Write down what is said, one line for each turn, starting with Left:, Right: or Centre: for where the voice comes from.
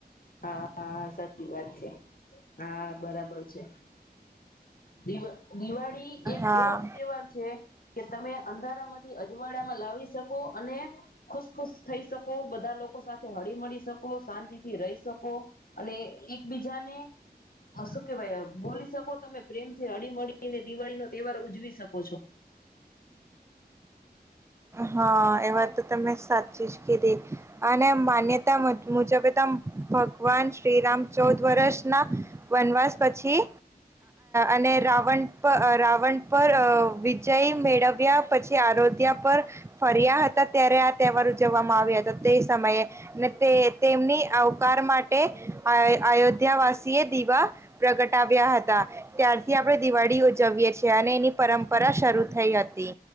Left: હા-હા સાચી વાત છે. હા. બરાબર છે દિવસ દિવાળી એક
Right: હા.
Left: એવો તહેવાર છે કે તમે અંધારામાંથી અજવાડાામાં લાવી શકો અને ખુશ-ખુશ થઈ શકો બધા લોકો સાથે હળી મળળી શકો શાંતિ થી રહી અને એકબીજાને શું કેવાય બોલી શકો તમે પ્રેમ થી હળી હળી મળી ને દિવાળી નો તહેવાર ઉજવી શકો છો.
Right: હા એ વાત તો તમે સાચી જ કીધી. અને માન્યતા મુજબતમ ભગવાન શ્રીરામ ચૌદ વર્ષ ના વનવાસ પછી અને રાવણ પર રાવણ પર વિજય મેળવ્યા પછી આરોધ્યા પર ફર્યા હતા ત્યારે આ તહેવાર ઉજવવામાં આવ્યા હતા. તે સમયે અને તે તેમની આવકાર માટે અયોધ્યાવાસી એ દીવા પ્રગટાવ્યા હતા. ત્યારથી આપણે દિવાળી ઉજવીએ છીએ અને એની પરંપરા શરૂ થઈ હતી.